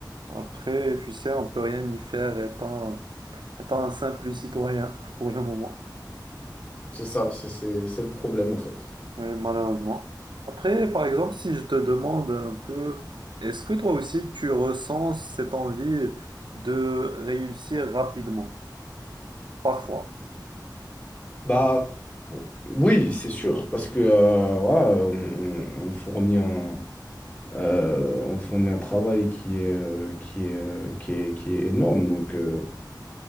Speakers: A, on the right (about 75°); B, on the left (about 15°).
A: Après, tu sais, on peut rien y faire étant, étant un simple citoyen <laughs> pour le moment,
B: C'est ça, c'est c'est- c'est le problème en fait.
A: Ouais, malheureusement. Après, par exemple, si je te demande un peu, est-ce que toi aussi tu ressens cette envie de réussir rapidement, parfois?
B: Bah oui, c'est sûr, parce que euh, voilà, on, on- on fournit un, euh, on fournit un travail qui est, euh, qui est, euh, qui est, qui est énorme. Donc euh,